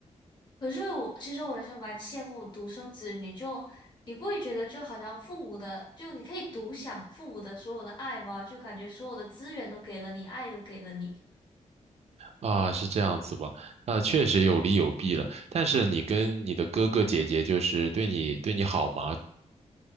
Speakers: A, on the left; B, on the right.
A: 可是我其实我也是蛮羡慕独生子女，就你不会觉得就好像父母的就你可以独享父母的所有的爱吗？就感觉所有的资源都给了你，爱都给了你。
B: 啊，是这样子吧？啊，确实有利有弊了。但是你跟你的哥哥姐姐，就是对你对你好吗？